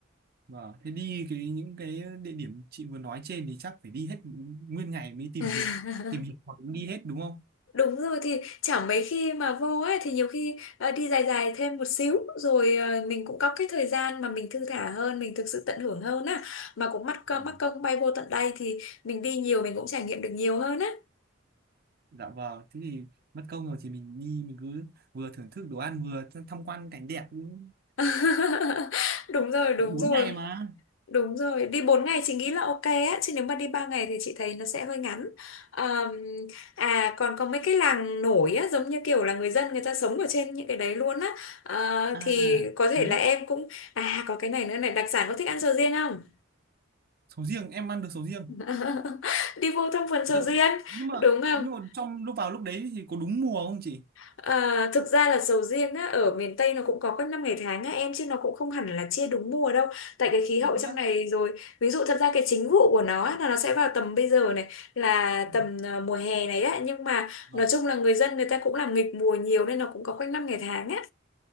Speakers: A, on the right; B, on the left.
A: vâng thế đi cái những cái địa điểm chị vừa nói trên thì chắc phải đi hết nguyên ngày mới tìm
B: <laughs>
A: thấy- tìm hiểu hoặc đi hết đúng không
B: Đúng rồi thì chẳng mấy khi mà vô ấy thì nhiều khi ờ, đi dài dài thêm một xíu rồi ờ, mình cũng có cái thời gian mà mình thư thả hơn, mình thực sự tận hưởng hơn á mà cũng mắc công
A: vâng.
B: mắc công bay vô tận đây thì mình đi nhiều mình cũng trải nghiệm được nhiều hơn á.
A: dạ vâng thế thì mất công rồi thì mình đi mình cứ vừa thưởng thức đồ ăn vừa th- tham quan cảnh đẹp cũng-
B: <laughs> Đúng rồi, đúng
A: tận bốn
B: rồi.
A: ngày mà
B: Đúng rồi, đi 4 ngày chị nghĩ là ok á, chứ nếu mà đi 3 ngày thì chị thấy nó sẽ hơi ngắn. Ờm, à còn có mấy cái làng nổi á, giống như kiểu là người dân người ta sống ở trên những cái đấy luôn á. Ờ,
A: à
B: thì có thể
A: thế
B: là
A: á.
B: em cũng à có cái này nữa này, đặc sản có thích ăn sầu riêng không?
A: sầu riêng em ăn được sầu riêng
B: <laughs> Đi vô thăm vườn sầu
A: Động.
B: riêng,
A: Nhưng mà
B: đúng không?
A: nhưng mà trong lúc vào lúc đấy thì có đúng mùa không chị?
B: À, thực ra là sầu riêng á, ở miền Tây nó cũng có các năm ngày tháng á em chứ nó cũng không hẳn là chia đúng mùa đâu tại cái khí hậu
A: Là thế
B: trong
A: đó.
B: này rồi ví dụ thật ra cái chính vụ của nó á, là nó sẽ vào tầm bây giờ này là
A: Ừ.
B: tầm à, mùa hè này á nhưng mà
A: Vâng.
B: nói chung là người dân người ta cũng làm nghịch mùa nhiều nên nó cũng có quanh năm ngày tháng á